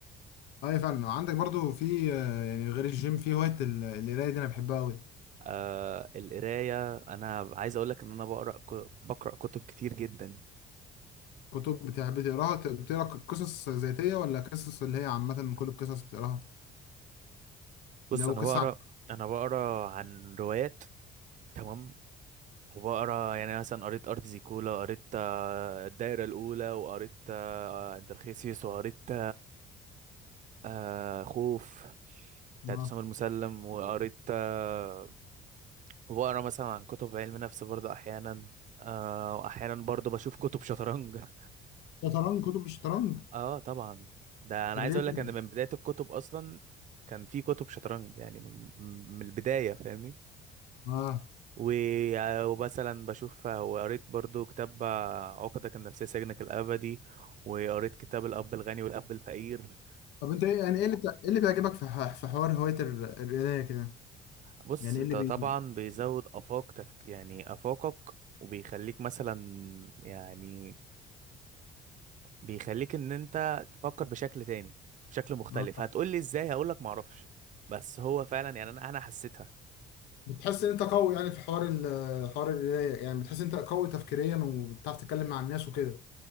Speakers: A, on the left (about 80°); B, on the right (about 50°).
A: اي فعلا عندك برضو في آه، يعني غير الجيم في هواية ال- القراية دي انا بحبها قوي
B: آه القرايه انا عايز اقول لك ان انا بقرا ك... بقرا كتب كتير جدا
A: كتب بتحب تقراها ت- بتقرا ق- قصص ذاتية ولا قصص اللي هي عامة كل القصص بتقراها
B: بص
A: اللي هو
B: انا
A: قصة
B: بقرا
A: عن
B: انا بقرا عن روايات تمام وبقرا يعني مثلا قريت ارض زيكولا قريت آه، الدايره الاولى وقريت آه، آه، انترخيسيوس وقريت آه خوف
A: <laughs>
B: بتاعت
A: اه
B: أسامة المسلم وقريت آه وبقرا مثلا عن كتب علم نفس برضه أحيانا آه وأحيانا برضه بشوف كتب شطرنج <laughs>
A: شطرنج كتب الشطرنج
B: اه طبعا ده أنا
A: طب
B: عايز
A: ليه
B: أقول
A: كده؟
B: لك إن من بداية الكتب أصلا كان في كتب شطرنج يعني من من البداية فاهمني
A: اه
B: و- آه، ومثلا بشوف آه، وقريت برضه كتاب آه، عقدك النفسية سجنك الأبدي وقريت كتاب الأب الغني والأب الفقير
A: طب انت ايه يعني ايه اللي بتع- ايه اللي بيعجبك في ح- في حوار هواية ال- القراية كده
B: بص
A: يعني
B: انت
A: ايه اللي بي
B: طبعا بيزود افاق تفك يعني افاقك وبيخليك مثلا يعني بيخليك ان انت تفكر بشكل تاني بشكل مختلف
A: اه
B: هتقولي ازاي هقولك معرفش بس هو فعلا يعني انا انا حسيتها
A: بتحس ان انت قوي يعني في حوار ال- حوار القرايه يعني بتحس ان انت قوي تفكيريا وبتعرف تتكلم مع الناس وكده